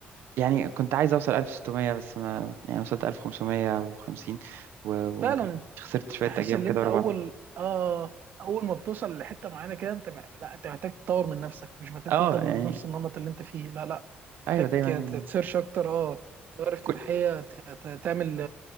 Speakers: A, on the right (about 85°); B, on the right (about 55°).
A: يعني كنت عايز اوصل 1600 بس ما يعني وصلت 1550 و- وما
B: فعلا
A: كملتش
B: انت
A: خسرت شويه
B: تحس
A: ايام
B: ان
A: كده
B: انت
A: ورا
B: اول
A: بعض
B: اه اول ما بتوصل لحته معينه كده انت مع... لا انت محتاج تطور من نفسك مش محتاج
A: اه
B: تفضل من
A: يعني
B: نفس النمط اللي انت فيه لا لا
A: ايوه
B: محتاج
A: دايما
B: ت- تسيرش اكتر اه تغير افتتاحيه
A: كل...
B: ت- ت- تعمل